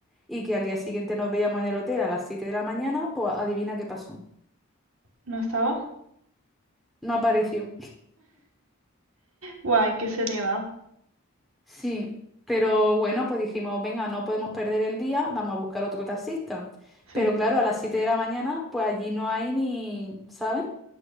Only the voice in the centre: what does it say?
y que al día siguiente nos veíamos en el hotel a las 7 de la mañana, pues adivina qué pasó.
No apareció.
Sí, pero bueno, pues dijimos, venga, no podemos perder el día, vamos a buscar otro taxista.
Pero claro, a las 7 de la mañana, pues allí no hay ni, ¿sabes?